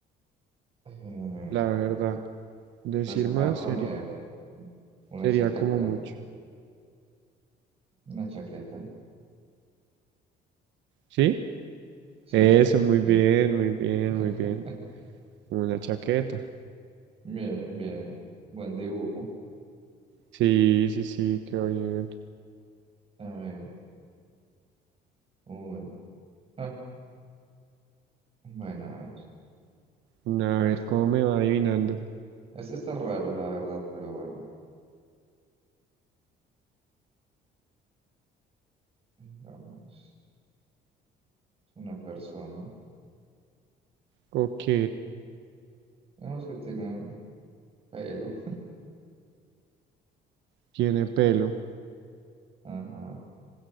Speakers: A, on the right; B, on the right.
A: Eh,
B: la verdad. Decir
A: pues se
B: más
A: la va a poner
B: sería,
A: una
B: sería
A: chaqueta.
B: como mucho.
A: Una chaqueta.
B: ¿Sí?
A: Sí,
B: Eso,
A: sí, sí,
B: muy
A: sí.
B: bien, muy bien,
A: <laughs>
B: muy bien. Una chaqueta.
A: Bien, bien. Buen dibujo.
B: Sí, sí, sí, quedó bien.
A: A ver. Uy. Ah, bueno, a ver.
B: A ver,
A: Es-
B: ¿cómo me va adivinando?
A: Este está raro, la verdad, pero bueno. Digamos, es una persona.
B: Ok,
A: Digamos que tiene pelo.
B: tiene pelo.
A: <laughs> Ajá.